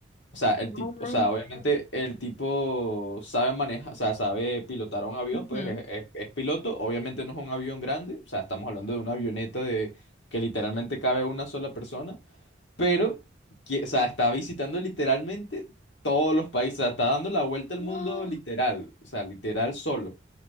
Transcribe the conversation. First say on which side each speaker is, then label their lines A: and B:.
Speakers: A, on the left (about 80°); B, on the left (about 40°).
A: O sea, el
B: No
A: tipo,
B: manches.
A: o sea, obviamente el tipo sabe manejar, o sea, sabe pilotar un avión,
B: Ujú.
A: pues es, es- es piloto. Obviamente no es un avión grande, o sea, estamos hablando de una avioneta de que literalmente cabe una sola persona, pero, que- o sea, está visitando literalmente todos los países, o sea, está dando la vuelta al
B: No,
A: mundo literal, o sea, literal solo.